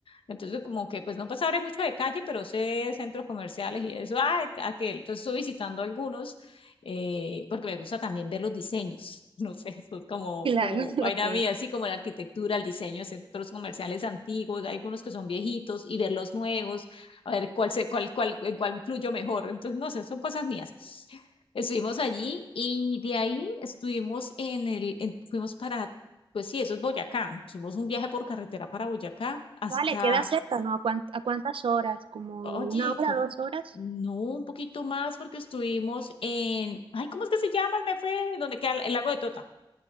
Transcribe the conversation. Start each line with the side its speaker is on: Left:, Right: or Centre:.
Left: Entonces, como que, pues no pues sabré mucho de calle, pero sé centros comerciales y eso, ah, aquel. Entonces, estoy visitando algunos, eh, porque me gusta también ver los diseños, <laughs> no sé, eso es como,
Right: <laughs> Claro,
Left: como vaina
Right: ok.
Left: mía, así como la arquitectura, el diseño de centros comerciales antiguos, hay algunos que son viejitos y ver los nuevos a ver cuál se, cuál, cuál, en cuál fluyo mejor. Entonces, no sé, son cosas mías. Estuvimos allí y de ahí estuvimos en el, en- fuimos para, pues sí, eso es Boyacá. Hicimos un viaje por carretera para Boyacá hasta,
Right: Vale, queda cerca, ¿no? ¿A cuán- a cuántas horas? ¿Como
Left: oye,
Right: una hora,
Left: co-
Right: dos horas?
Left: no, un poquito más porque estuvimos en, ay, ¿cómo es que se llama? Me fue, donde queda el, el lago de Tota,